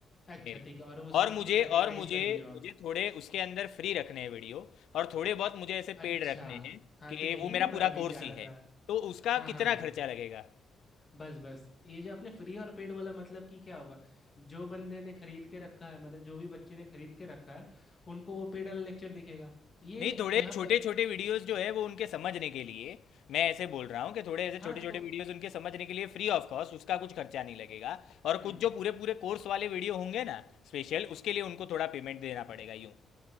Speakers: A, on the left (about 25°); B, on the left (about 70°).
A: अच्छा
B: मेरे
A: ठीक है और उसमें
B: और मुझे
A: आपको कैटेगराइज
B: और मुझे
A: कर दियो आप
B: मुझे थोड़े उसके अंदर फ्री रखने हैं वीडियो और थोड़े बहुत मुझे ऐसे
A: अच्छा
B: पेड रखने हैं
A: हाँ
B: कि
A: तो यही
B: वो मेरा
A: ना मैं
B: पूरा
A: अभी
B: कोर्स
A: जा
B: ही
A: रहा
B: है
A: था
B: तो उसका
A: हाँ
B: कितना
A: हाँ हाँ
B: खर्चा लगेगा
A: बस बस ये जो आपने फ्री और पेड बोला मतलब कि क्या होगा जो बंदे ने खरीद के रखा है मतलब जो भी बच्चे ने खरीद के रखा है उनको वो पेड वाला लेक्चर दिखेगा ये
B: नहीं थोड़े
A: यहाँ
B: छोटे
A: पर
B: छोटे वीडियोस जो है वो उनके समझने के लिए मैं ऐसे बोल रहा हूँ कि थोड़े ऐसे
A: हाँ
B: छोटे छोटे
A: तो
B: वीडियोस उनके समझने के लिए फ्री ऑफ कॉस्ट उसका कुछ खर्चा नहीं लगेगा और
A: हम्म
B: कुछ जो पूरे पूरे कोर्स वाले वीडियो होंगे ना स्पेशल उसके लिए उनको थोड़ा पेमेंट देना पड़ेगा यूँ